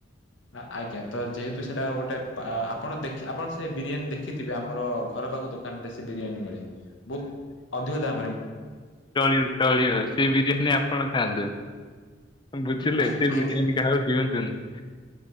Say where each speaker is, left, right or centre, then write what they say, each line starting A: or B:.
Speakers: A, on the left; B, on the left.
A: ଆ-ଆଜ୍ଞା ତ ଯେହେତୁ ସେଟା ଗୋ ଗୋଟେ ଆ-ଆପଣ ଦେଖି ଆପଣ ସେ ବିରିୟାନୀ ଦେଖିଥିବେ ଆମର ଘର ପାଖ ଦୋକାନରେ ସେ ବିରିୟାନୀ ମିଳେ। ବହୁତ ଅଧିକ ଦାମ
B: ଚଳିବ ଚଳିବ ସେଇ ବିରିୟାନୀ ଆପଣ ଖାଆନ୍ତୁ। ବୁଝିଲେ
A: ଆଜ୍ଞା।
B: ସେ ବିରିୟାନୀ କାହାକୁ ଦିଅନ୍ତୁନି।